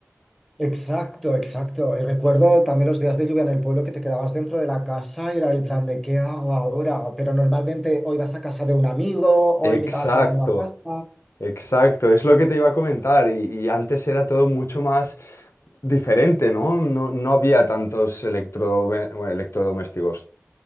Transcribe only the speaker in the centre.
Exacto, exacto. Y recuerdo también los días de lluvia en el pueblo que te quedabas dentro de la casa y era el plan de ¿qué hago ahora? Pero normalmente hoy vas a casa de un amigo o
invitabas a la nueva casa.